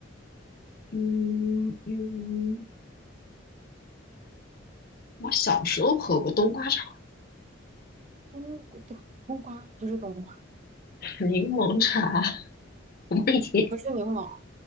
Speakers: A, on the left; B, on the right.
A: 嗯嗯，我小时候喝过冬瓜茶、
B: 冬冬冬瓜不是冬瓜，
A: 柠檬茶，<laughs> 我已经，
B: 不是柠檬，